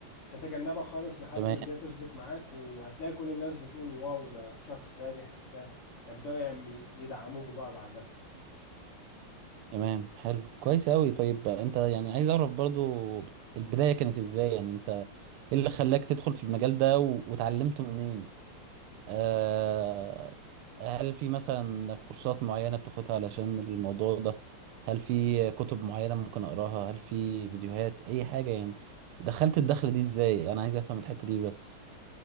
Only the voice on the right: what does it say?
تمام
تمام حلو كويس قوي طيب آه، انت يعني عايز اعرف برضو البدايه كانت ازاي يعني انت ايه اللي خلاك تدخل في المجال ده و- واتعلمته منين آه، هل في مثلا كورسات معينة بتاخدها علشان الموضوع ده هل في كتب معينة ممكن أقراها هل في فيديوهات أي حاجة يعني دخلت الدخلة دي إزاي أنا عايز أفهم الحتة دي بس